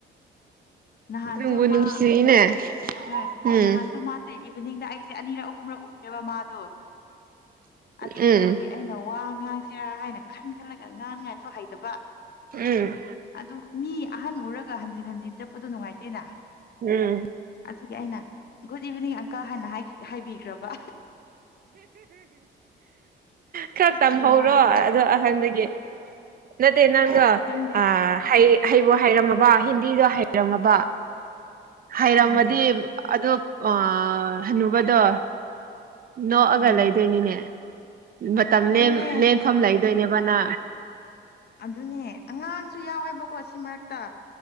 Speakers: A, on the left; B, on the right.
A: ꯅꯍꯥꯟꯁꯨ
B: ꯅꯨꯡꯕꯨ ꯅꯨꯡꯁꯤꯅꯦ
A: ꯃꯥ ꯍꯣꯏ
B: ꯎꯝ
A: ꯅꯍꯥꯟꯁꯨ ꯃꯥꯁꯦ ꯏꯚꯅꯤꯡꯗ ꯑꯩꯁꯦ ꯑꯅꯤꯔꯛ ꯑꯍꯨꯝꯔꯛ ꯎꯕꯅꯦꯕ ꯃꯥꯗꯣ ꯑꯗꯨ
B: ꯎꯝ
A: ꯎꯕꯒꯤ ꯑꯩꯅ ꯋꯥ ꯉꯥꯡꯁꯤꯔꯥ ꯍꯥꯏꯅ ꯈꯟ ꯈꯜꯂꯒ ꯉꯥꯡꯅꯉꯥꯏꯁꯨ ꯍꯩꯗꯕ
B: ꯎꯝ
A: ꯑꯗꯨ ꯃꯤ ꯑꯍꯟ ꯎꯔꯒ ꯍꯟꯖꯤꯟ ꯍꯟꯖꯤꯟ ꯆꯠꯄꯗꯣ ꯅꯨꯡꯉꯥꯏꯇꯦꯅ
B: ꯎꯝ
A: ꯑꯗꯨꯒꯤ ꯑꯩꯅ ꯒꯨꯗ ꯏꯚꯤꯅꯤꯡ ꯑꯪꯀꯜ ꯍꯥꯢꯅ ꯍꯥꯏꯕꯤꯈ꯭ꯔꯕ
B: ꯈꯔ ꯇꯝꯍꯧꯔꯣ
A: ꯑꯗꯣ ꯃꯥꯁꯨ
B: ꯑꯗꯣ ꯑꯍꯟꯗꯒꯤ ꯅꯠꯇꯦ ꯅꯪꯗꯣ
A: ꯈꯪꯗꯦ
B: ꯑ ꯍꯩ ꯍꯩꯕꯨ ꯍꯩꯔꯝꯃꯕ ꯍꯤꯟꯗꯤꯗꯣ ꯍꯩꯔꯝꯃꯕ ꯍꯩꯔꯝꯃꯗꯤ
A: ꯎꯝ
B: ꯑꯗꯣ ꯑ ꯍꯅꯨꯕꯗꯣ ꯅꯣꯛꯑꯒ
A: ꯎꯝ
B: ꯂꯩꯗꯣꯏꯅꯤꯅꯦ ꯃꯇꯝ
A: ꯑꯗꯨꯅꯦ
B: ꯂꯦꯝꯐꯝ ꯂꯩꯗꯣꯏꯅꯦꯕꯅ
A: ꯑꯗꯨꯅꯦ ꯑꯉꯥꯡꯁꯨ ꯌꯥꯎꯋꯦꯕꯀꯣ ꯁꯤ ꯃꯔꯛꯇ